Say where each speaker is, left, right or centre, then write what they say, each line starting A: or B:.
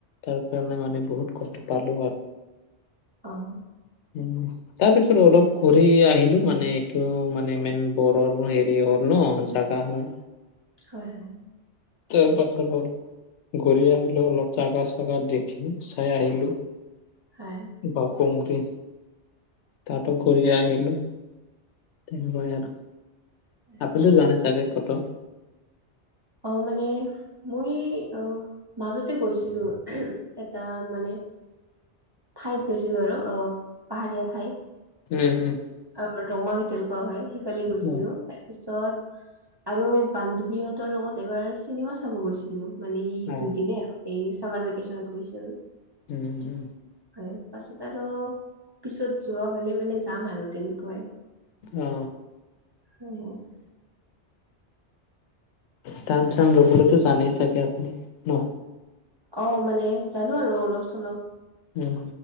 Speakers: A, on the left (about 80°); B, on the right (about 30°).
A: তাৰ কাৰণে মানে বহুত কষ্ট পালোঁ আৰু।
B: অঁ
A: উম তাৰ পিছত অলপ ঘূৰি আহিলো মানে এইটো মানে। ইমেন গৰম হেৰি হয় ন জাগা হয়।
B: হয়, হয়।
A: <unintelligible> ঘূৰি আহিলো অলপ জাগা চাগা দেখি চাই আহিলো।
B: হয়।
A: বৰ কুংতি তাতো ঘূৰি আহিলো। <unintelligible> বঢ়িয়া ন?
B: <unintelligible>
A: তুমিটো যোৱা নাই চাগে কতো?
B: অ মানে মুই অ মাজতে গৈছিলো এটা মানে ঠাইত গৈছিলো আৰু অ পাহাৰীয়া ঠাইত।
A: হুম হুম।
B: <unintelligible> হয় সেইফালে গৈছিলো।
A: উম
B: পিছত আৰু বান্ধৱীহঁতৰ লগত এবাৰ চিনেমা চাব গৈছিলো। মানে এই
A: অ
B: দুইদিনে আৰু এই চামাৰ ভেকেচনত গৈছিলো।
A: উম, উম।
B: হয় পাছত আৰু পিছত যোৱা হ'লে মানে যাম আৰু তেনেকুৱাই।
A: অ।
B: হয় হয়
A: টান চান লবলৈতো জানেই চাগে আপুনি ন?
B: অ মানে জানো আৰু অলপ-চলপ।
A: উম